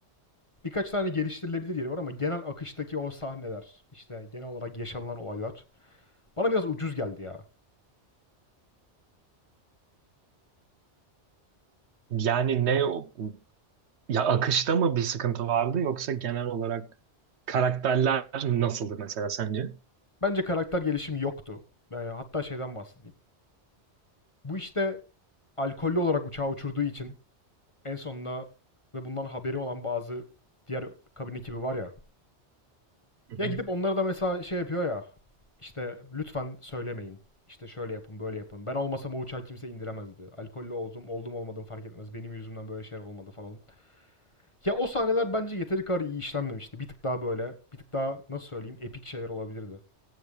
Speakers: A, on the left; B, on the right.
A: Birkaç tane geliştirilebilir yeri var ama genel akıştaki o sahneler, işte genel olarak yaşanılan olaylar Bana biraz ucuz geldi ya.
B: Yani ne o- ya akışta mı bir sıkıntı vardı yoksa genel olarak karakterler nasıldı mesela sence?
A: Bence karakter gelişimi yoktu. Yani hatta şeyden bahsedeyim. Bu işte alkollü olarak uçağı uçurduğu için en sonunda ve bundan haberi olan bazı diğer kabin ekibi var ya.
B: Hı
A: Ya
B: hı.
A: gidip onlara da mesela şey yapıyor ya. İşte lütfen söylemeyin. İşte şöyle yapın, böyle yapın. Ben olmasam o uçağı kimse indiremezdi. Alkollü oldum, oldum olmadım fark etmez. Benim yüzümden böyle şeyler olmadı falan. Ya o sahneler bence yeteri kadar iyi işlenmemişti. Bir tık daha böyle, bir tık daha nasıl söyleyeyim, epik şeyler olabilirdi.